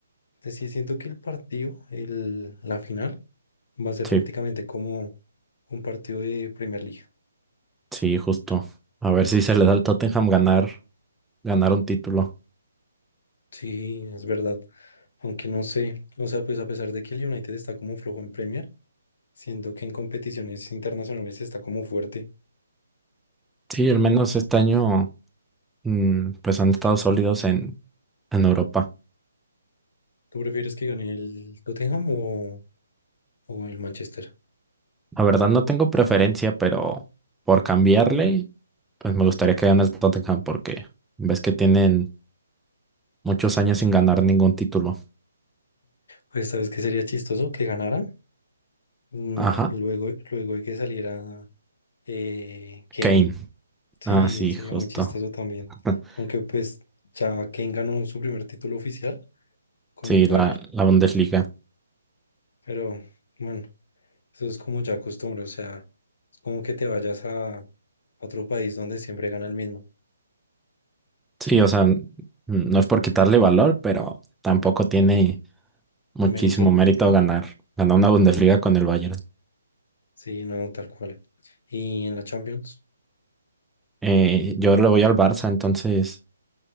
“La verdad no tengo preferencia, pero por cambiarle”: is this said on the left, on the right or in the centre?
Centre